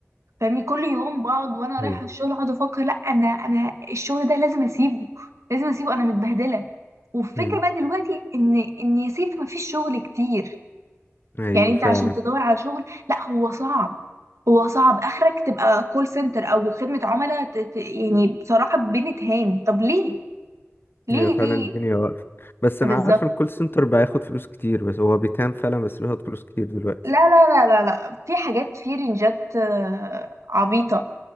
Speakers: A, on the right (about 80°); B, on the left (about 45°).
A: فاهمني كل يوم بقعد وانا رايحه
B: أيوه
A: الشغل اقعد افكر لا انا انا الشغل ده لازم اسيبه لازم اسيبه انا متبهدله والفكره
B: مم.
A: بقى دلوقتي ان ان يا سيف مفيش شغل كتير
B: أيوه
A: يعني انت
B: فعلا
A: عشان تدور على شغل لا هو صعب هو صعب اخرك تبقى كول سنتر او خدمة عملاء ت- ت- يعني بصراحة بنتهان طب ليه ليه
B: هي فعلا
A: ليه
B: الدنيا واقفة بس أنا
A: بالظبط
B: عارف إن الكول سنتر بياخد فلوس كتير بس هو بيتهان فعلا بس بياخد فلوس كتير دلوقتي
A: لا لا لا لا لا في حاجات في رينجات آه، عبيطة